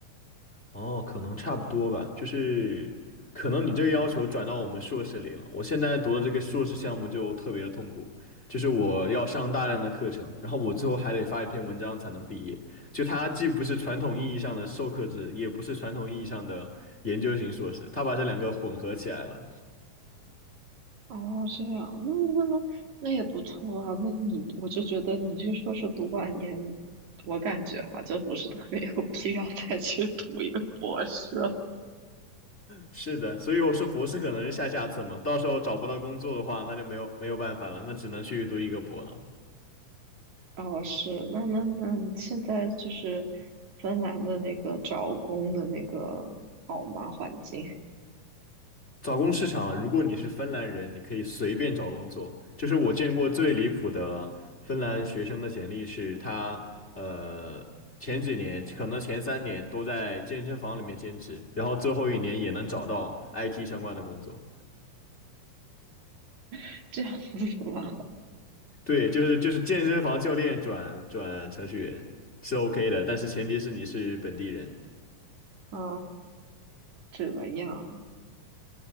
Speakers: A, on the left (about 25°); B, on the right (about 70°).
A: 哦，可能差不多吧，就是可能你这个要求转到我们硕士里了。我现在读的这个硕士项目就特别的痛苦，就是我要上大量的课程，然后我最后还得发一篇文章才能毕业。就它既不是传统意义上的授课制，也不是传统意义上的研究型硕士，它把这两个混合起来了。
B: 哦，这样，那那那那也不错啊。那你，我就觉得你这个硕士读完研，我感觉哈，就不是特别有必要再 <laughs> 去读一个博士了
A: 是的，所以我说博士可能是下下策嘛，到时候找不到工作的话，那就没有没有办法了，那只能去读一个博了。
B: 哦，是，那那那现在就是芬兰的那个找工的那个好吗？环境
A: 找工市场啊，如果你是芬兰人，你可以随便找工作。就是我见过最离谱的芬兰学生的简历是他，呃，前几年可能前三年都在健身房里面兼职，然后最后一年也能找到 IT 相关的工作。
B: <laughs> 这样子吗？
A: 对，就是就是健身房教练转转程序员是 OK 的，但是前提是你是本地人。
B: <laughs> 啊，这样，